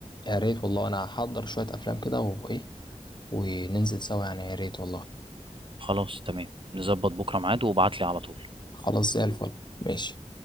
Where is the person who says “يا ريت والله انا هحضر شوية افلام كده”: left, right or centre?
Left